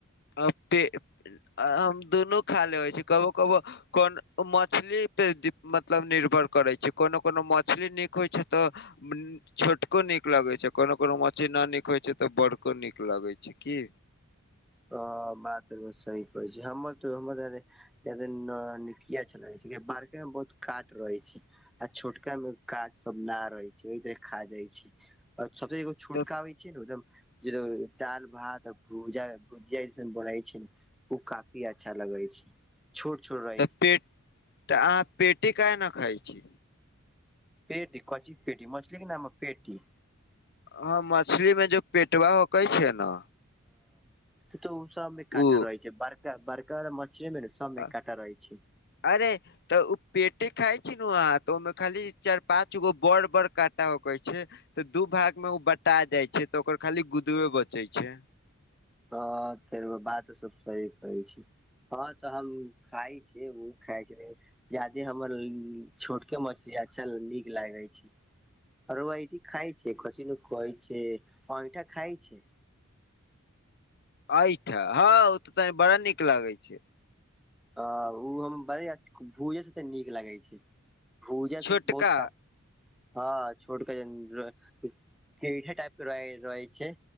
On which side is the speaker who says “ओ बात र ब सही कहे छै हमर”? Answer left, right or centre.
Centre